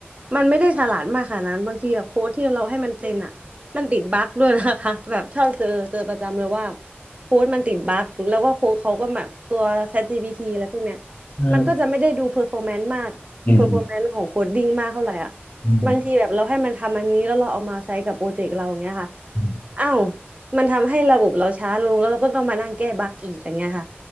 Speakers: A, on the right; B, on the left.
A: มันไม่ได้ฉลาดมากขนาดนั้นบางทีแบบโค้ดที่เราให้มันเจนอ่ะมันติดบั๊กด้วยนะคะ <laughs> แบบเชอบเจอเจอประจำเลยว่าโค้ดมันติดบั๊กแล้วก็โค้ดเขาก็แบบตัว ChatGPT อะไรพวกเนี้ย
B: เออ
A: มันก็จะไม่ได้ดู performance มาก
B: อืม
A: performance ของโคดดิ้งมากเท่าไหร่อ่ะ
B: อืม
A: บางทีแบบเราให้มันทำอันนี้แล้วเราเอามาใช้กับโปรเจกต์เราอย่างเงี้ยค่ะ
B: อื
A: อ้าวมันทำให้ระบบเราช้าลงแล้วเราก็ต้องมานั่งแก้บั๊กอีกอย่างเงี้ยค่ะ